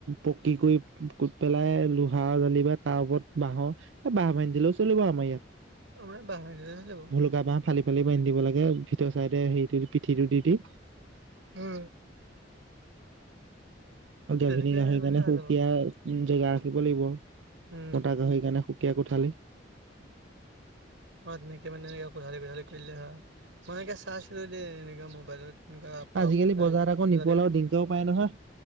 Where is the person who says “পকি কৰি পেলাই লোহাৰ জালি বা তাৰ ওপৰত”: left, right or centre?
Right